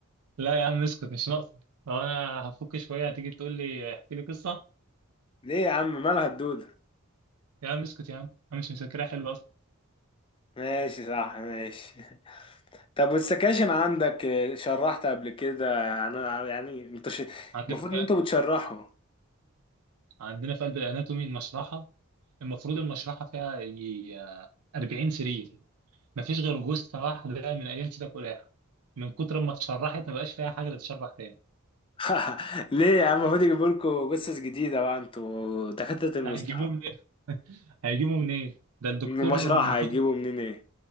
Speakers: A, on the right; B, on the left.
A: لا يا عم اسكت مش ناقصة لو أنا هفك شوية هتيجي تقول لي احكي لي قصة
B: ليه يا عم مالها الدودة؟
A: يا عم اسكت يا عم أنا مش مذاكرها حلو أصلا
B: ماشي صح ماشي طب والسكاشن عندك آه، شرحت قبل كده انا يعني متش...
A: عندنا
B: المفروض ان انتوا بتشرحوا
A: عندنا في قلب الاناتومي المشرحه المفروض المشرحه فيها يجي آه، 40 سرير مفيش غير جثه واحده من ايام سيدك ولاحة من كتر ما اتشرحت ما بقاش فيها حاجه تتشرح تاني
B: <laughs> ليه يا عم المفروض يجيبوا لكم جثث جديدة بقى انتوا دكاترة المستقبل
A: هيجيبوه منين هيجيبوه منين ده الدكتور
B: من المشرحة
A: من كتر
B: هيجيبوا منين ايه